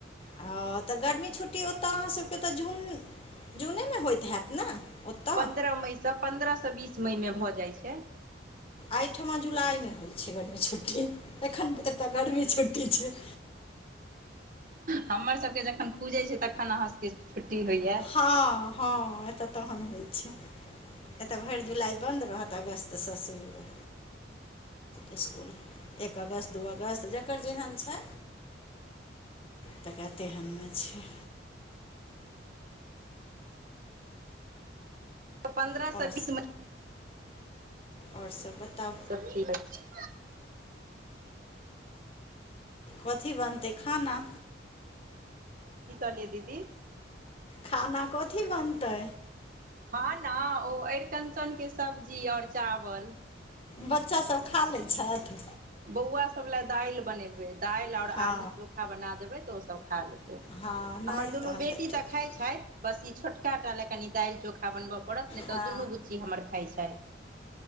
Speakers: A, on the left; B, on the right.
A: ओ त गर्मी छुट्टी ओतय अहाँ सभके त जून जूने मे होइत हैत ने ओतऽ
B: पन्द्रह मई सँ पन्द्रह सँ बीस मईमे भ जाइ छै
A: एहिठुमा जुलाई में होइ छै गर्मी छुट्टी एखन एतय गर्मी छुट्टी छिये
B: हमरसभके जखन खुजै छै तखन अहाँसभके छुट्टी होइए
A: हँ हँ एत तहन होइ छै एतय भरि जुलाइ बन्द रहत अगस्तसँ शुरू इसकुल एक अगस्त दू अगस्त जकर जेहन छै तऽ कातेहनमे छै
B: पन्द्रह
A: आओर
B: से बीस मे
A: ओर सब बताउ
B: सब ठीक <unintelligible>
A: कथी बनतै खाना
B: की कहलियै दीदी
A: खाना कथी बनतै
B: हँ ने ओ अरिकंचन के सब्जी और चावल
A: बच्चासभ खा लै छथि
B: बौआसभ लए दालि बनेबै दालि आओर
A: हँ
B: आलू चोखा बना देबै तऽ ओसभ खा लेतै
A: हँ नहि
B: हमर दुनू
A: तहन
B: बेटी
A: ठीक
B: तऽ खाय छथि बस ई छोटका टा लए कनि दालि चोखा बनबै पड़त नहि
A: हँ
B: त दुनू बुच्ची हमर खाइ छै